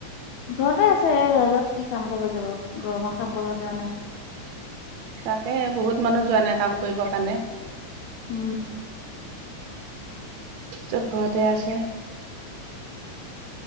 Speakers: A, on the left (about 75°); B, on the right (about 70°).
A: ঘৰতে আছে এই ৰদত কি কাম কৰিব যাব, ‌ গৰমত কাম কৰিব যোৱা নাই।
B: তাকে বহুত মানুহ যোৱা নাই কাম কৰিব কাৰণে।
A: উম।
B: চব ঘৰতে আছে।